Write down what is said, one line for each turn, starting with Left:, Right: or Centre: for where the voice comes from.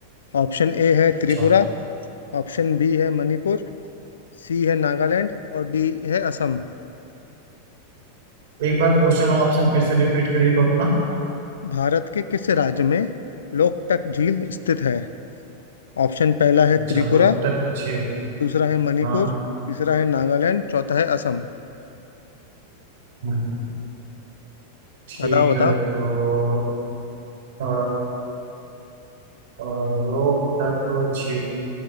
Left: ऑप्शन ए है
Right: अच्छा
Left: त्रिपुरा ऑप्शन बी है मणिपुर सी है नागालैंड और डी है असम
Right: एक बार क्वेश्चन और ऑप्शन फिर से रिपीट करिए तो अपना
Left: भारत के किस राज्य में लोकटक झील स्थित है ऑप्शन पहला है
Right: अच्छा
Left: त्रिपुरा
Right: लोग उत्तर पूछिए
Left: दूसरा है मणिपुर
Right: हाँ
Left: तीसरा है नागालैंड चौथा है असम
Right: हम्म, ठीक
Left: बताओ बताओ
Right: है तो अ, अ, लोक तत्व झील